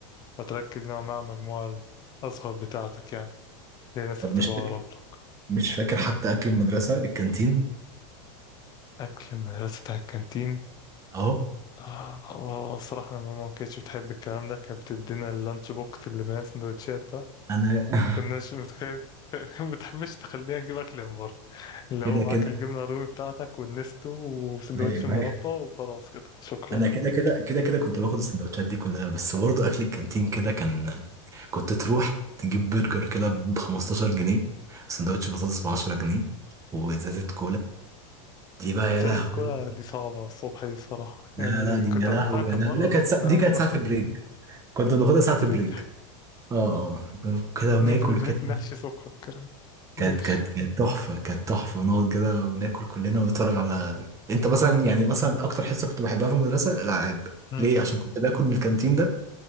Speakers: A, on the left; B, on the right.
A: فتركز نوعا ما على المجموعة الأصغر بتاعتك يعني هي الناس
B: طب
A: اللي
B: مش
A: بتبقى
B: فاكر
A: أقرب لك
B: مش فاكر حتى اكل المدرسة الكانتين
A: أكل المدرسة بتاع الكانتين
B: اهو
A: آه آه، الصراحة أنا ماما ما كانتش بتحب الكلام ده كانت بتدينا اللانش بوكس اللي بين السندوتشات ده
B: انا <laughs>
A: ما كناش متخيل <laughs> ما بتحبش تخلينا نجيب أكل من بره اللي هو
B: كده
A: معاك
B: كده
A: الجبنة الرومي بتاعتك والنستو وسندوتش
B: ايوه
A: مربى
B: أيوه.
A: وخلاص كده شكرا
B: انا كده كده كده كده كنت باخد السندوتشات دي كلها بس برضه اكل الكانتين كده كان كنت تروح تجيب برجر كده ب 15 جنيه سندوتش بطاطس ب 10 جنيه وازازه كولا دي بقى
A: إزالة
B: يا لهوي
A: كرة دي صعبة الصبح دي الصراحة
B: لا
A: يعني
B: لا دي
A: كنت
B: يا لهوي
A: عملتها كم
B: يا لهوي
A: مرة
B: لا
A: بس
B: كانت سا...
A: أنا
B: دي كانت ساعه بريك كنت بناخدها ساعه
A: <laughs> بريك
B: بريك اه اه كده
A: ننزل
B: وناكل
A: بريك
B: كده
A: نحشي سكر الكلام
B: كانت
A: ماشي
B: كانت كانت تحفة كانت تحفة نقعد كده وناكل كلنا ونتفرج على انت مثلا يعني مثلا اكتر حصة كنت بحبها في المدرسة الالعاب
A: مم.
B: ليه عشان كنت باكل من الكانتين ده